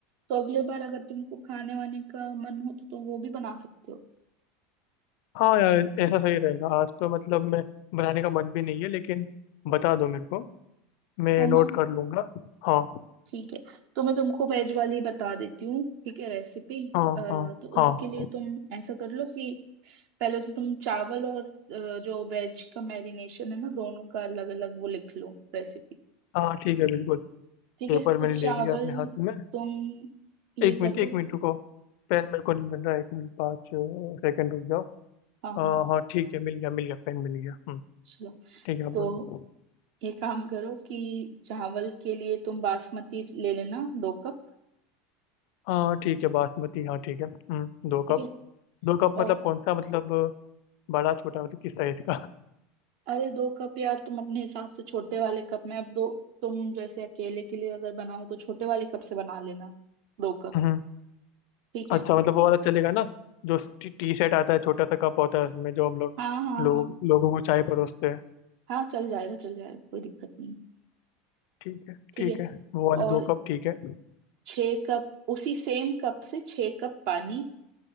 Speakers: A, on the right; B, on the left.
A: तो अगले बार अगर तुमको खाने वाने का मन हो तो तुम वो भी बना सकते हो
B: हाँ यार ऐसा सही रहेगा आज तो मतलब मैं बनाने का मन भी नहीं है लेकिन बता दो मेरे को मैं
A: है
B: नोट
A: ना
B: कर लूंगा हाँ
A: ठीक है तो मैं तुमको वेज वाली बता देती हूँ ठीक है रेसिपी
B: हाँ
A: तो
B: हाँ हाँ
A: उसके लिए तुम ऐसा कर लो कि पहले तो तुम चावल और अ, जो वेज का मैरिनेशन है ना दोनों का अलग अलग वो लिख लो रेसिपी
B: हाँ ठीक है बिल्कुल
A: ठीक
B: पेपर
A: है
B: मैंने
A: तो
B: ले
A: चावल
B: लिया अपने हाथ में
A: तुम ये
B: एक मिनट
A: कर
B: एक
A: लो
B: मिनट रुको पेन मेरे को नहीं मिल रहा है, एक मिनट पाँच सेकंड रुक जाओ
A: हाँ हाँ
B: अ,
A: हाँ,
B: हाँ ठीक है मिल गया मिल गया पेन मिल गया हम्म
A: चलो
B: ठीक है आप बोलो
A: तो ये काम करो कि चावल के लिए तुम बासमती ले लेना दो कप
B: हाँ ठीक है बासमती हाँ ठीक है हम्म दो
A: ठीक
B: कप
A: है
B: दो कप मतलब
A: और
B: कौन सा मतलब बड़ा छोटा मतलब किस साइज का
A: अरे दो कप यार तुम अपने हिसाब से छोटे वाले कप में अब दो तुम जैसे अकेले के लिए अगर बनाओ तो छोटे वाले कप से बना लेना दो कप
B: <laughs> हम्म
A: ठीक
B: अच्छा
A: है
B: मतलब वो वाला चलेगा ना जो टी, टी शर्ट आता है छोटा सा कप होता है उसमें जो हम लोग
A: हाँ हाँ
B: लोग
A: हाँ
B: लोगों को चाय परोसते हैं
A: हाँ चल जाएगा चल जाएगा कोई दिक्कत नहीं है,
B: ठीक है
A: ठीक
B: ठीक
A: है
B: है वो वाले
A: और
B: दो कप ठीक है
A: छः कप उसी सेम कप से छः कप पानी